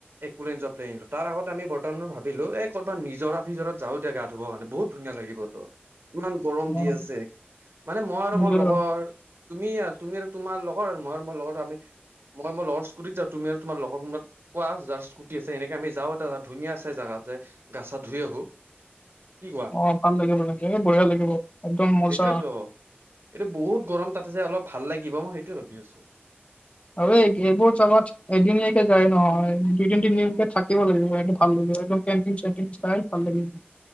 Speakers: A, on the right; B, on the left.
A: একলেণ্ড যোৱা প্লেন আৰু তাৰ আগত আমি বৰ্তমানত ভাবিলো এই ক'ৰবাত নিজৰ ফিজৰাত যাও দে গা ধুব কাৰণে বহুত ধুনীয়া লাগিব তো ইমান গৰম
B: অ',
A: দি আছে মানে মই আৰু
B: নিজৰ
A: মোৰ লগৰ তুমি আৰু তুমি আৰু তোমাৰ লগৰ আৰু মই লগৰ আমি মই মই লগৰ স্কুটিত যাওঁ তুমি আৰু তোমাৰ লগৰত কোৱা যাৰ স্কুটি আছে এনেকে আমি যাওঁ এটা ধুনীয়া চছে জাগাত যে গাছা ধুই আহো কি কোৱা?
B: অ ভাল লাগে মানে এ বঢ়িয়া লাগিব একদম মজা
A: সেইটোয়েতো এইটো বহুত গৰম তাতে যে অলপ ভাল লাগিব মই সেইটোৱে ভাবি আছো
B: আৰু এই-এইবোৰ যাগাত এদিনীয়াকে যায় নহয় দুইদিন তিনিদিনকে থাক কিব লাগিব একদম ভাল লাগিব একদম কেন্টিন চেন্টিন চাই ভাল লাগিব।